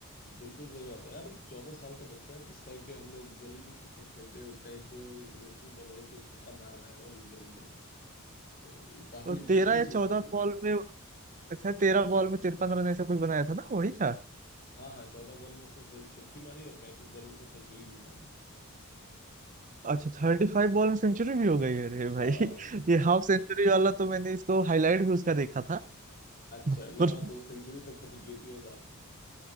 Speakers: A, on the left; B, on the right.
A: बिल्कुल सही बात है यार चौदह साल का बच्चा जिस टाइम पे हम लोग गली में क्रिकेट खेलते हैं उस टाइम पे वो इंटरनेशनल बॉलरों को छक्का मार रहा है और लंबे लंबे तो ये काफी
B: तो
A: इंटरेस्टिंग
B: तेरह या
A: चीज
B: चौदह
A: तो मिला
B: बॉल में अच्छा तेरह बॉल में तिरपन रन ऐसा कुछ बनाया था ना वही था
A: हाँ हाँ चौदह बॉल में उसने फिफ्टी मारी और पैंतीस बॉल में उसने सेंचुरी भी लगा दी
B: अच्छा
A: तो
B: थर्टी फाइव बॉल में सेंचुरी भी हो गई है अरे
A: हाँ
B: भाई <laughs>
A: वो
B: ये हाफ सेंचुरी वाला तो मैंने इसको हाईलाइट भी उसका देखा था
A: अच्छा
B: <laughs>
A: ना
B: और
A: ना तो सेंचुरी तक पहुंच गई थी वो बात